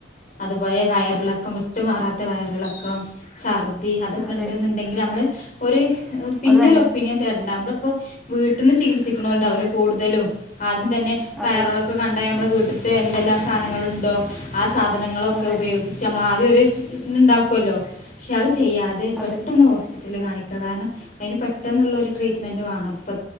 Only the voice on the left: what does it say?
അതുപോലെ വയറിളക്കം വിട്ടുമാറാത്ത വയറിളക്കം. ഛർദി അതൊക്കെ
ഇണ്ടിന്ന്ണ്ടെങ്കിൽ നമ്മള്. ഒരു പിന്നെ
ഒരു ഒപ്പീനിയൻ തേടണ്ട നമ്മള ഇപ്പോ. വീട്ടിന്ന് ചികിത്സിക്കുണോല് ഉണ്ടാവോലോ കൂടുതലും ആദ്യം തന്നെ വയറിളൊക്കെ
കണ്ടാ നമ്മൾ വീട്ടിൽ. ത്തെ എന്തെല്ലാം സാധനങ്ങളുണ്ടോ ആ സാധനങ്ങളൊക്കെ
ഉപയോഗിച്ച് നമ്മൾ ആദ്യം ഒരു സ്? ന്ന് ഉണ്ടാക്കോല്ലോ പക്ഷെ അത് ചെയ്യാതെ. അത
പെട്ടെന്ന് ഹോസ്പിറ്റലിൽ കാണിക്കുക കാരണം അതിന് പെട്ടെന്നുള്ളൊരു ട്രീറ്റ്മെന്റ് വാണം ഇപ്പ.